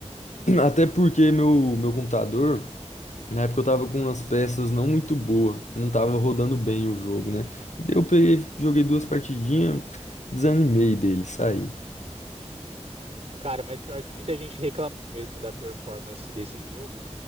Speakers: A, on the left; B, on the right.
A: <clears throat> Até porque meu, meu computador, na época eu tava com umas peças não muito boas, não tava rodando bem o jogo, né? Daí eu peguei, joguei duas partidinhas, desanimei dele, saí.
B: Cara, mas pior que muita gente reclamou mesmo da performance desse jogo.